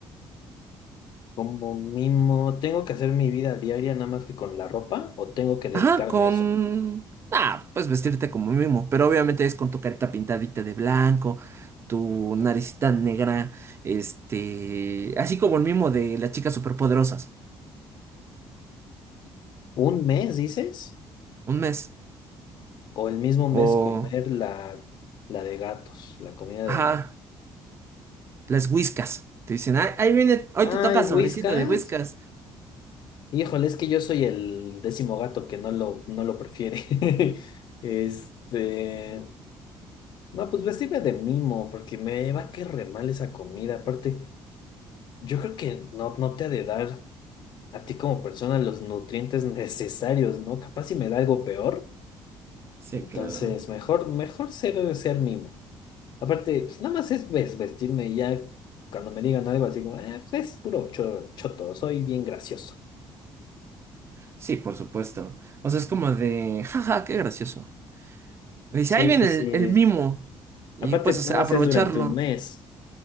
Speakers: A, on the left (about 55°); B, on the right (about 30°).
A: Como mimo, ¿tengo que hacer mi vida diaria nada más que con la ropa o tengo que dedicarme
B: Ajá, con...
A: a eso?
B: Ah, pues vestirte como mimo, pero obviamente es con tu carita pintadita de blanco, tu naricita negra, este... Así como el mimo de las chicas superpoderosas.
A: ¿Un mes, dices?
B: Un mes.
A: O el mismo mes
B: O...
A: comer la, la de gatos, la comida
B: Ajá,
A: de gato.
B: las whiskas. Te dicen, "Ah, ahí viene, hoy te
A: Ay,
B: toca sobrecito
A: Whiskas.
B: de whiskas.
A: Híjole, es que yo soy el décimo gato que no lo, no lo prefiere. <laughs> Este. No, pues vestirme de mimo, porque me va a caer re mal esa comida. Aparte, yo creo que no, no te ha de dar a ti como persona los nutrientes necesarios, ¿no? Capaz si me da algo peor.
B: Sí,
A: Entonces,
B: claro.
A: mejor, mejor ser, ser mimo. Aparte, pues nada más es ves- vestirme y ya cuando me digan algo así como, "Ah, pues es puro cho- choto, soy bien gracioso.
B: Sí, por supuesto. O sea, es como de, jaja, qué gracioso. Y dice,
A: Sí,
B: ahí viene
A: sí,
B: el,
A: sí.
B: el mimo. Y
A: Aparte,
B: pues,
A: pues
B: o sea,
A: nada
B: aprovecharlo.
A: más es durante un mes.